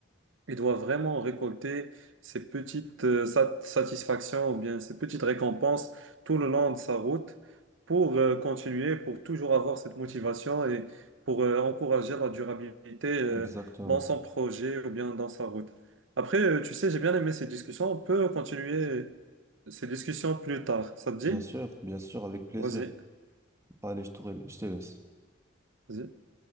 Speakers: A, on the right (about 80°); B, on the right (about 15°).
A: il doit vraiment récolter ces petites euh, sat- satisfactions ou bien ces petites récompenses tout le long de sa route pour euh, continuer, pour toujours avoir cette motivation et pour euh, encourager la durabilité euh,
B: Exactement.
A: dans son projet ou bien dans sa route. Après, euh, tu sais, j'ai bien aimé ces discussions. On peut continuer ces discussions plus tard. Ça te dit?
B: Bien sûr, bien sûr, avec plaisir.
A: Vas-y,
B: Allez, je te, re- je te laisse.
A: vas-y.